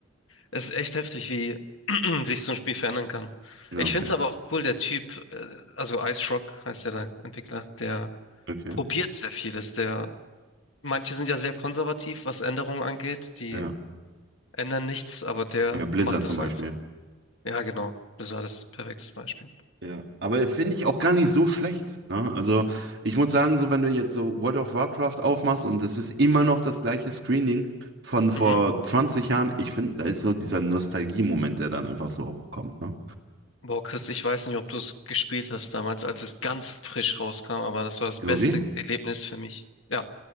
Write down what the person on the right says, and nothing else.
Ja,
okay,
okay.
Ja,
ja, Blizzard
zum Beispiel.
Ja, aber finde ich auch gar nicht so schlecht. Ne? Also ich muss sagen, so wenn du jetzt so World of Warcraft aufmachst und das ist immer noch das gleiche Screening von vor
20 Jahren, ich finde, da ist so dieser Nostalgie-Moment, der dann einfach so hochkommt. Ne?
WoW?